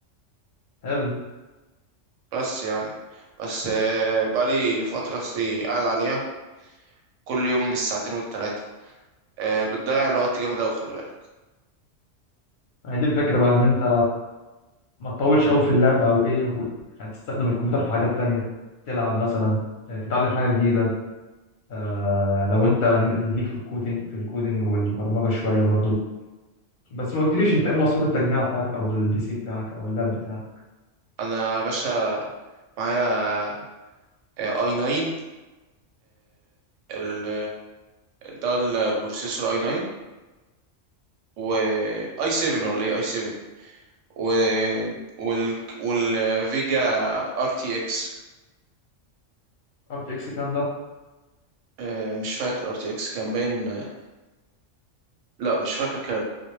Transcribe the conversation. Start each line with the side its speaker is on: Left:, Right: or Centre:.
Left: حلو
Right: بس يعني بس آه، بقالي فترة أصلي قاعد عليها كل يوم بالساعتين والتلاتة آه، بتضيع الوقت جامد أوي خلي بالك
Left: ما هي دي الفكره بقى ان انت ما تطولش قوي في اللعبه او ايه و... يعني تستخدم الكمبيوتر في حاجات تانية تلعب مثلا آه، تتعلم حاجه جديده آه لو انت ليك في الكودينج في الكودينج والبرمجه شويه برضو بس ما قلتليش انت ايه مواصفات التجميع بتاعتك او البي سي بتاعك او اللاب بتاعك
Right: أنا يا باشا معايا آه، اي 9 ال ده البروسيسور اي 9 و اي 7 ولا ايه اي 7 و وال والفيجا ار تي اكس
Left: ار تي اكس كام ده
Right: آه، مش فاكر ار تي اكس كان باين آه، لا مش فاكر كان